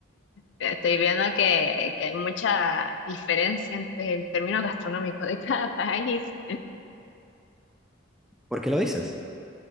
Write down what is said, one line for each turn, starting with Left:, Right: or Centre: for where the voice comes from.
Left: Estoy viendo que, que hay mucha diferencia entre el término gastronómico de cada <laughs> país.
Centre: ¿Por qué lo dices?